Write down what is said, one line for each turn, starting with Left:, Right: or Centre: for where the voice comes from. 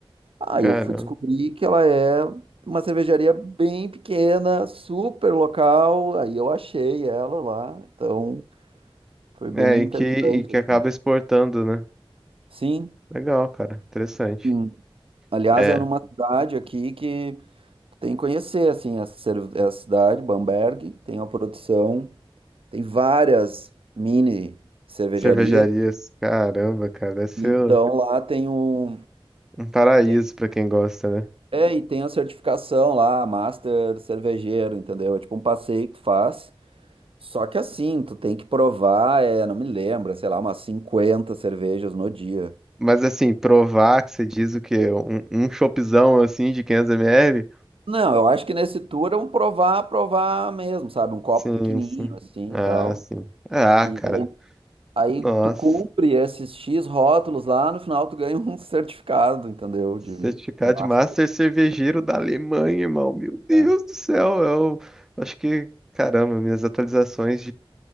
Right: Aí
Centre: Caramba.
Right: eu fui descobrir que ela é uma cervejaria bem pequena, super local. Aí eu achei ela lá. Então foi bem
Centre: É,
Right: interessante.
Centre: e que, e que
Right: assim.
Centre: acaba exportando, né?
Right: Sim.
Centre: Legal, cara. Interessante.
Right: Sim. Aliás,
Centre: É.
Right: é numa cidade aqui que Tem que conhecer, assim, essa, cer- essa cidade, Bamberg, tem uma produção, tem várias mini cervejarias,
Centre: Cervejarias, caramba, cara, deve ser
Right: e então
Centre: um
Right: lá tem um...
Centre: um paraíso
Right: Tem.
Centre: pra quem gosta, né?
Right: É, e tem a certificação lá, Master Cervejeiro, entendeu? É tipo um passeio que tu faz, só que assim, tu tem que provar, é, não me lembro, sei lá, umas 50 cervejas no dia.
Centre: Mas assim, provar que você diz o quê? Um, um chopzão assim de 500ml?
Right: Não, eu acho que nesse tour é um provar, provar mesmo, sabe? Um copo
Centre: Sim,
Right: pequenininho,
Centre: sim.
Right: assim,
Centre: Ah,
Right: e tal.
Centre: sim. Ah,
Right: E
Centre: cara.
Right: Aí
Centre: Nossa.
Right: tu cumpre esses X rótulos lá, no final tu ganha um <laughs> certificado, entendeu? De
Centre: Certificado
Right: master.
Centre: de Master Cervejeiro da Alemanha, irmão. Meu Deus
Right: né?
Centre: do céu. Eu acho que, caramba, minhas atualizações